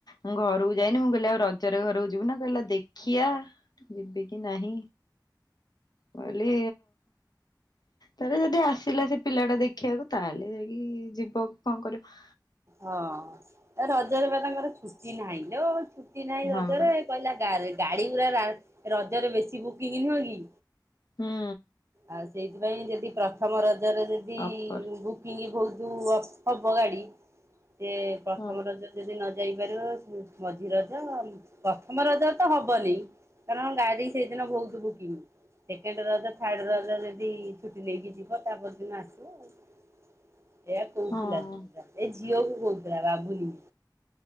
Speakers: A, on the left; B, on the right.
A: ମୁ ଘରକୁ ଯାଇନି ମୁଁ କହିଲି ଆଉ ର ନିଚର ଘରକୁ ଯିବୁ ନା କହିଲା ଦେଖଆ ଯିବି କି ନାହିଁ କଇଲି ତାେଲେ ଯଦି ଆସିଲା ସେ ପିଲା ଟା ଦେଖିବାକୁ ତାହେଲେ ଯାଇକି ଯିବ କଣ କରିବ।
B: ହଁ। ରଜରେ ବା ତାଙ୍କର ଛୁଟି ନାହିଁ ଲୋ ଛୁଟି ନାହିଁ
A: ହଁ
B: ରଜରେ।
A: ବା
B: କହିଲା ଗାରେ ଗାଡି ପୁରା ରଜରେ ବେଶୀ ବୁକିଂ ନୁହଁ କି।
A: ହୁଁ
B: ଆଉ ସେଇଥିପାଇଁ ଯଦି ପ୍ରଥମ ରଜରେ ଯଦି
A: ଅଫର
B: ବୁ ବୁକିଙ୍ଗ ବହୁତ ହବ ଗାଡି, ସେ ପ୍ରଥମ
A: ହଁ
B: ରଜ ଯଦି ନ ଯାଇ ପାରିବ ମଝି ରଜ। ପ୍ରଥମ ରଜ ତ ହବନି। କାରଣ ଗାଡି ସେଇଦିନ ବହୁତୁ booking. Second Raja third Raja ଯଦି ଛୁଟି ନେଇକି ଯିବ ତାପରଦିନ ଆସିବ ଆଉ। ଏଇୟା କହୁଥିଲା
A: ହଁ
B: ତ। ଏ ଝିଅ କୁ କହୁଥିଲା ବାବୁଲି।